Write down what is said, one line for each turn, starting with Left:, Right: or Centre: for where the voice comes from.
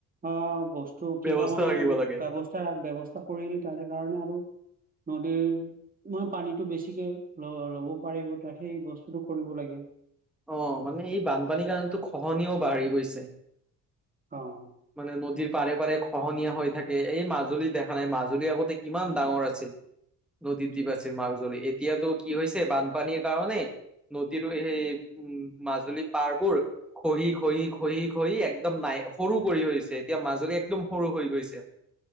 Right: অঁ' বস্তু- টো
Centre: ব্যৱস্থা
Right: কিবা মানে
Centre: থাকিব লাগে।
Right: ব্যৱস্থা ব্যৱস্থা কৰিল তাৰে কাৰণে আৰু- নদীৰ মই পানীটো বেছিকে ল ল'ব পাৰিব তাকে সেই বস্তুটো কৰিব লাগে।
Centre: অঁ' মানে এই বানপানী কাৰণেটো খহনিও বাঢ়ি গৈছে।
Right: অঁ'
Centre: মানে নদীৰ পাৰে পাৰে খহনীয়া হৈ থাকে এই মাজুলী দেখা নাই মাজুলী আগতে কিমান ডাঙৰ আছিল। নদীৰ
Right: ঠিক।
Centre: দ্বীপ আছিল। মজুলী এতিয়াতো কি হৈছে বানপানীৰ কাৰণে নদীৰো এই- মাজুলী পাৰবোৰ- খহি খহি খহি খহি একদম নাই সৰু কৰি হৈছে এতিয়া মাজতে একদম সৰু গৈছে। <inaudible>